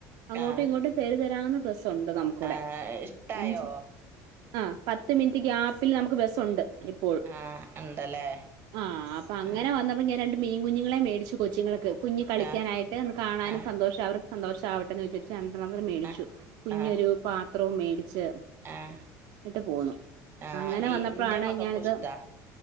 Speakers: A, on the right; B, on the right.
A: അങ്ങോട്ടും
B: ആഹ്
A: ഇങ്ങോട്ടും തെര് തെരാന്ന് ബസ്സുണ്ട് നമുക്കൂടെ
B: ആഹ് ഇഷ്ടായോ
A: അഞ്ച് ആഹ് പത്ത് മിനിറ്റ് ഗ്യാപ്പില് നമുക്ക് ബസ്സുണ്ട്. എപ്പോഴും
B: ആഹ് ഉണ്ടല്ലേ
A: ആഹ് അപ്പൊ അങ്ങനെ
B: ആഹ്
A: വന്നപ്പോ ഞാൻ രണ്ട് മീൻ കുഞ്ഞുങ്ങളെ മേടിച്ചു കൊച്ചുങ്ങൾക്ക്, കുഞ്ഞ് കളിക്കാനായിട്ട്
B: ആഹ്
A: ഒന്ന് കാണാനും
B: ആഹ്
A: സന്തോഷം അവർ സന്തോഷം ആവട്ടെന്ന് വിചാരിച്ച് രണ്ടണ്ണത്തിനെ മേടിച്ചു,
B: ആഹ്
A: കുഞ്ഞൊരു
B: ആഹ്
A: പാത്രവും മേടിച്ച്.
B: ആഹ്
A: എന്നിട്ട് പോന്നു,
B: ആഹ്
A: അങ്ങനെ വന്നപ്പഴാണ്
B: ഇന്റെ മക്കൾക്കും
A: ഞാനിത്
B: ഇഷ്ടാ